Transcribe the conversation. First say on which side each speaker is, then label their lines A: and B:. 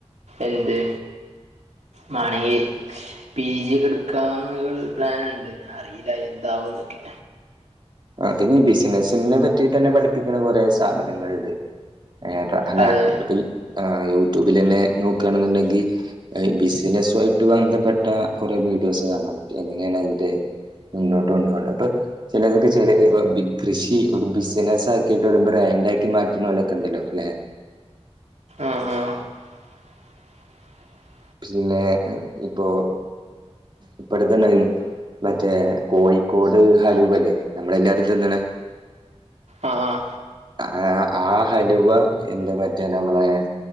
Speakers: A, on the right; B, on the right.
A: എന്ത്? മാണെങ്കി - പി. ജി കടുക്കാ പ്ലൻ ഉണ്ട്, അറിയില്ല എന്താവന്നൊക്കെ.
B: ആഹാ പിന്നെ ഈ ബിസിനസിനെ- പറ്റിറ്റെന്നെ പഠിപ്പിക്ക്ണ കൊറേ സ്ഥപനങ്ങൾണ്ട്. ആഹാ പ്പ അല്ല
A: അതെ
B: ഞമ്മള്പ്പോ ഇ... യൂട്യൂബിലെന്നെ നോക്കാണ്ന്ന്ണ്ടെങ്കി- <inaudible> ബിസിനസു ആയിട്ട് ബന്ധപ്പെട്ട കൊറേ വീഡിയോസ് കാണാൻ പറ്റും എങ്ങനെയാണ് അയിന്റെ- മുന്നോട്ട് കൊണ്ട്പോണ്ട് ഇപ്പോ ചിലരൊക്കെ ചെയ്‌- അല്ല ഇപ്പോ കൃഷി ഒരു ബിസിനസ് ആക്കിട്ട് ഒരു ബ്രാന്റായിട്ട് മാറ്റുന്നലോക്കെ ഉണ്ടല്ലോലേ?
A: ആഹാ ആഹാ... ! <inaudible>
B: പിന്നെ ഇപ്പോ ഇപ്പടുത്തണ്ടായിരുന്നു, മറ്റേ കോഴിക്കോട് ഹലൂവ ല്ലേ നമ്മളെല്ലാരും തിന്നണേ,
A: ആഹ് ആഹ്
B: ആഹാ ആഹാ ആഹലുവ എന്ത് മറ്റേ നമ്മളെ-